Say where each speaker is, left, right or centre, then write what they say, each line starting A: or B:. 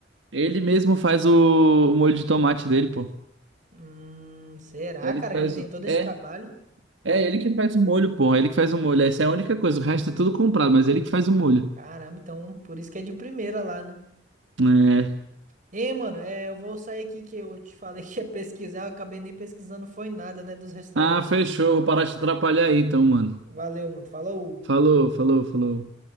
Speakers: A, on the right (about 75°); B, on the right (about 45°).
A: Ele mesmo faz o, o molho de tomate dele, pô.
B: Hum, será,
A: É Ele
B: cara,
A: que faz.
B: que ele tem
A: o-
B: todo esse
A: É,
B: trabalho?
A: é ele que faz o molho, pô. É Ele que faz o molho. Essa é a única coisa. O resto é tudo comprado, mas é ele que faz o molho.
B: Caramba, então por isso que é de primeira lá, né?
A: É.
B: Ei, mano, é, eu vou sair aqui que eu te falei <laughs> que ia pesquisar, eu acabei nem pesquisando foi nada, né, dos restaurantes.
A: Ah, fechou. Vou parar de te atrapalhar aí, então, mano.
B: Valeu, mano. Falou.
A: Falou, falou, falou.